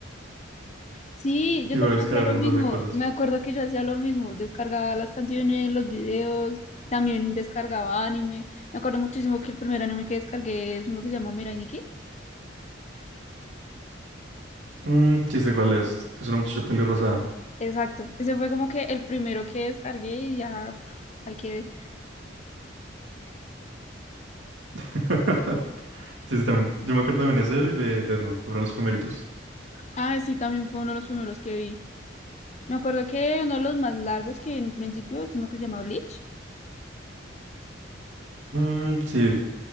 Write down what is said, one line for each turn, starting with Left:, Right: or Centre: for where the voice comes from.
Left: Sí, yo
Right: Y iba
Left: también
Right: a descargar
Left: hacía lo
Right: un montón
Left: mismo.
Right: de cosas.
Left: Me acuerdo que yo hacía lo mismo. Descargaba las canciones, los videos, también descargaba anime. Me acuerdo muchísimo que el primer anime que descargué es uno que se llama Mirai Nikki.
Right: Mm, chiste, ¿cuál es? Que es una muchacha pelirrosada.
Left: Exacto, ese fue como que el primero que descargué y ya uf, hay que...
Right: <laughs> Sí, sí, también. Yo me acuerdo también ese y de Death Note, que fueron los primeritos.
Left: Ah, sí, también fue uno de los primeros que vi. Me acuerdo que uno de los más largos que vi en un principio es uno que se llama Bleach.
Right: Mm, sí, yo